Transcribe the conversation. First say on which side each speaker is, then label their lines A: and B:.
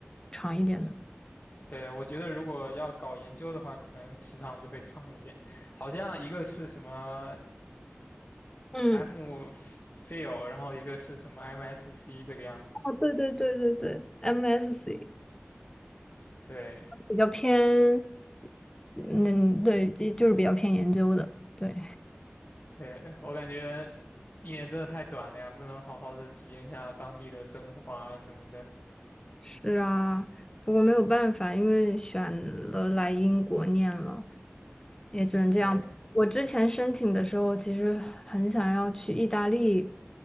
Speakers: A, on the left; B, on the left.
A: 长一点的。
B: 对，我觉得如果要搞研究的话，可能时长就会长一点。好像一个是什么
A: 嗯，
B: M f h i l 然后一个是什么 MSc 这个样子。
A: 哦，对对对对对，MSc
B: 对，
A: 比较偏，嗯，对，就就是比较偏研究的，对。
B: 对，我感觉一年真的太短了呀，不能好好的体验一下当地的生活啊什么的。
A: 是啊，不过没有办法，因为选了来英国念了，也只能这样。
B: 对，
A: 我之前申请的时候，其实很想要去意大利，